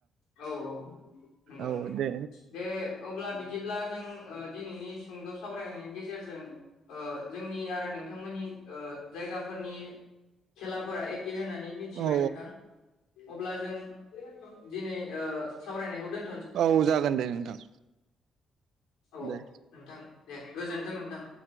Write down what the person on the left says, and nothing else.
औ औ नंगौ
नंगौ
दे अब्ला बिदिब्ला जों ओ दिनैनि सुंद सावरायनायनि गेजेरजों ओ जोंनि आरो नोंथांमोननि ओ जायगाफोरनि खेलाफोरा एखे कखे होननानै मिथिबाय
नोंथां अब्ला जों दिनै ओ सावरायनायखौ दोन
औ
नोंथां दे गोजोनथों नोंथां